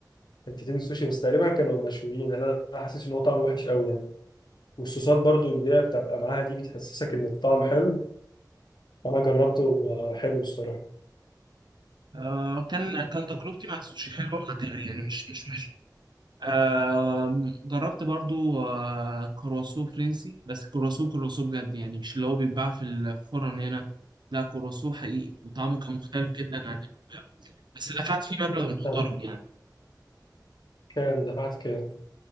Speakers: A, on the left; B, on the right.
A: حتتين سوشي بس تقريبا كانوا مشويين انا أنا حاسس ان هو طعمه وحش قوي يعني والصوصات برضو اللي هي بتبقى معاها دي بتحسسك ان الطعم حلو انا جربته آه، حلو الصراحه
B: آه كان كان تجربتي مع السوشي حلوة يعني مش مش آم، جربت برضو آه، كرواسو فرنسي بس كرواسو كرواسو بجد يعني مش اللي هو بيتباع في الفرن هنا لا كرواسو حقيقي وطعمه كان مختلف جدا عن اللي بيتباع. بس دفعت فيه مبلغ
A: <clears throat>
B: محترم
A: طب
B: يعني
A: كان دفعت كام